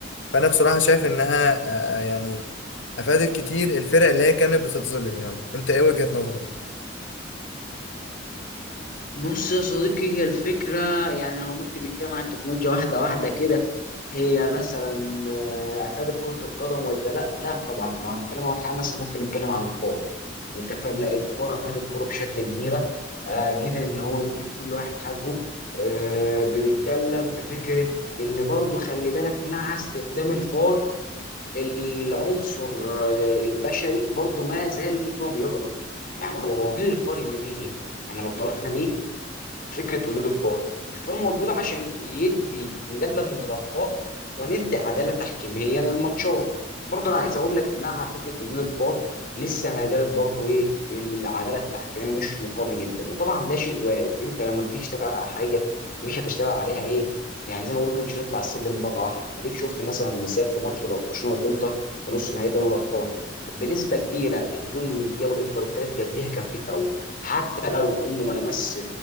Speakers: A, on the left; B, on the left.
A: فأنا بصراحة شايف إنها آه، آه، يعني أفادت كتير الفرق اللي هي كانت بتتظلم يعني أنت إيه وجهة نظرك؟
B: بص يا صديقي هي الفكرة يعني لو ممكن نتكلم عن التكنولوجيا واحدة واحدة كده هي مثلا آه، أفادت كرة القدم ولا لا؟ لا طبعا لو هنتكلم أول حاجة مثلا ممكن نتكلم عن الفار انت فاهم لا الفرق فات الكوره بشكل كبيره آه قدر ان هو يدي كل واحد حقه آه بنتكلم في فكره ان برضو خلي بالك مع استخدام الفار العنصر آه، البشري برضو ما زال ان هو بيغلط يعني هو هو جه الفار ليه؟ احنا لو طرحنا ليه فكره وجود الفار الفار موجود عشان يدي نقلل من الاخطاء وندي عداله تحكيميه للماتشات برضه انا عايز اقول لك مع فكره وجود الفار لسه ما زالت برضه ايه العداله التحكيميه مش مقامه جدا وطبعا ده شيء وارد انت لما بتيجي تشتغل على حاجه مش هتشتغل عليها ايه يعني زي ما بقول كده مش هتطلع السلم مره واحده اديك شفت مثلا مثال في ماتش برشلونه والانتر في نص نهائي دوري الابطال بنسبه كبيره الجون اللي جابه الانتر التالت قبليها كان فيه فاول حتى لو انه ما لمس